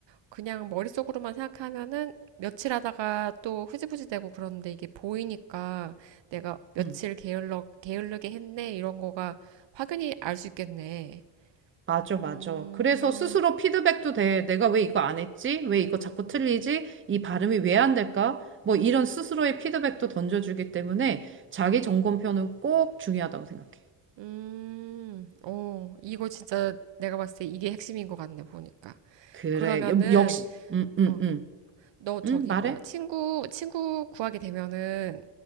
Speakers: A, on the right; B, on the right.
A: 그냥 머릿속으로만 생각하면은 며칠 하다가 또 흐지부지 되고 그러는데 이게 보이니까 내가 며칠
B: 음,
A: 게을러, 게을르게 했네 이런 거가 확연히 알 수 있겠네.
B: 맞아, 맞아.
A: 음,
B: 그래서 스스로 피드백도 돼. 내가 왜 이거 안 했지? 왜 이거 자꾸 틀리지? 이 발음이 왜 안 될까? 뭐 이런 스스로의 피드백도 던져주기 때문에 자기 점검표는 꼭 중요하다고 생각해.
A: 음, 어, 이거 진짜 내가 봤을 때 이게 핵심인 것 같네, 보니까.
B: 그래,
A: 그러면은,
B: 여- 역시. 음, 음,
A: 어,
B: 음.
A: 너 저기
B: 음, 말해?
A: 뭐야 친구 친구 구하게 되면은